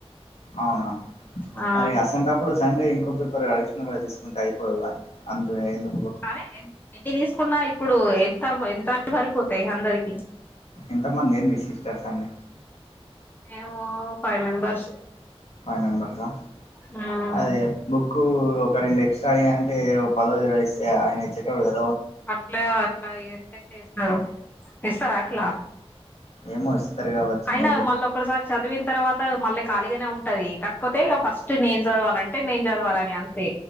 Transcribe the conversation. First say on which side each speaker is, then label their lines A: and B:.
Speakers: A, on the left; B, on the left.
A: అవునా
B: ఆ
A: మరి అసోంటి టప్పుడు సండే ఇంకో ఒక పేపర్ అడిషనల్ గా తీసుకుంటే అయిపోవు గా అందులో ఏదో
B: అరే ఎన్ని తీసుకున్నా ఇప్పుడు ఎంత ఎంత సరిపోతయి అందరికి
A: ఎంతమంది ఏంది సిస్టర్స్ అండి
B: మేము ఫైవ్ మెంబర్స్
A: ఫై మెంబర్స్ ఆ
B: ఉమ్
A: అది బుక్ బుక్ కు రెండు ఎక్స్ట్రా అంటే ఒక పదో ఇరవై ఇస్తే ఆయన ఇచ్చేటోడు కద
B: అట్లా అట్లా ఎట్ల ఎట్లే ఇస్తారు ఇస్తారా అట్లా
A: ఏమో ఇస్తారు కావచ్చు
B: అయినా
A: మేబి
B: మళ్ళీ ఒక్కసారి చదివిన తర్వాత మళ్ళ ఖాళీగానే ఉంటది కాకపోతే ఇక ఫస్ట్ నేను చదవాలంటే నేను చదవాలని అంతే